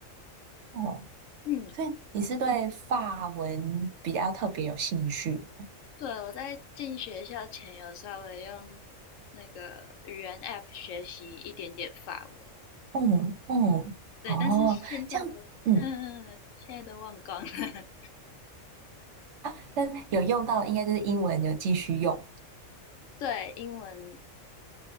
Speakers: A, on the right; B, on the left.
A: 哦，
B: 嗯，
A: 所以你是对法文比较特别有兴趣？
B: 对，我在进学校前有稍微用那个语言 App 学习一点点法文。
A: 嗯嗯哦，
B: 对，但是现在的，
A: 这样嗯
B: 嗯嗯嗯现在都忘光了。<laughs>
A: 啊，那有用到应该就是英文有继续用。
B: 对，英文